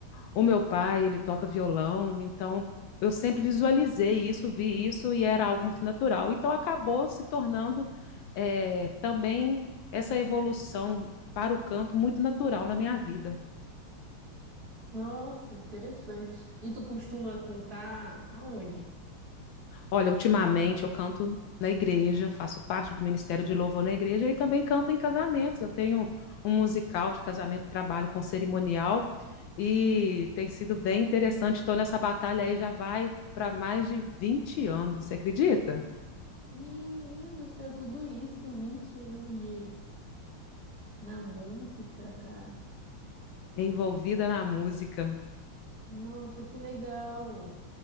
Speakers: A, on the left; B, on the right.
A: O meu pai, ele toca violão, então eu sempre visualizei isso, vi isso e era algo muito natural. Então acabou se tornando eh, também essa evolução para o canto muito natural na minha vida.
B: Nossa, interessante. E tu costuma cantar aonde?
A: Olha, ultimamente eu canto na igreja, faço parte do Ministério de Louvor na igreja e também canto em casamentos. Eu tenho um musical de casamento, trabalho com cerimonial e tem sido bem interessante. Estou nessa batalha aí já vai para mais de 20 anos, você acredita?
B: Menina do céu, tudo isso, 20 anos de na música, cara.
A: envolvida na música.
B: Nossa, que legal.